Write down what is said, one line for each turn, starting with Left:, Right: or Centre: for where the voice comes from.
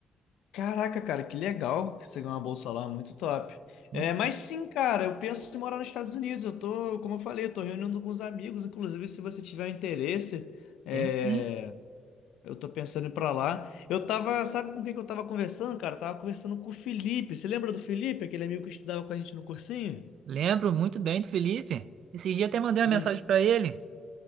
Left: Caraca, cara, que legal que você ganhou uma bolsa lá, muito top.
Right: Muito,
Left: É, mas
Right: bom.
Left: sim, cara, eu penso em morar nos Estados Unidos. Eu tô, como eu falei, eu tô reunindo com os amigos. Inclusive, se você tiver um interesse, é,
Right: tem sim.
Left: Eu tô pensando em ir pra lá. Eu tava, sabe com quem que eu tava conversando, cara? Eu Tava conversando com o Felipe. Você lembra do Felipe, aquele amigo que estudava com a gente no cursinho?
Right: Lembro muito bem do Felipe. Esse dia até mandei uma
Left: Hum,
Right: mensagem para ele.